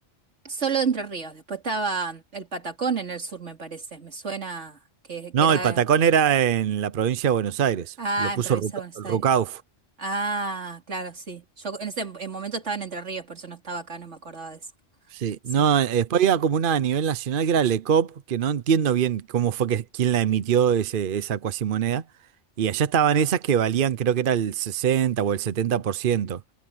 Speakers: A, on the right (about 70°); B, on the right (about 55°).
A: Solo de Entre Ríos, después estaba el Patacón en el sur, me parece, me suena que,
B: No,
A: que era...
B: el Patacón era en la provincia de Buenos Aires,
A: Ah,
B: lo
A: en
B: puso
A: Provincia
B: Ruca-
A: de Buenos
B: Rucauf.
A: Aires. Ah, claro, sí. Yo en ese en momento estaba en Entre Ríos, por eso no estaba acá, no me acordaba de eso.
B: Sí,
A: Sí.
B: no, eh, después había como una a nivel nacional que era LECOP, que no entiendo bien cómo fue que quién la emitió ese, esa cuasimoneda. Y allá estaban esas que valían, creo que era el 60 o el 70%.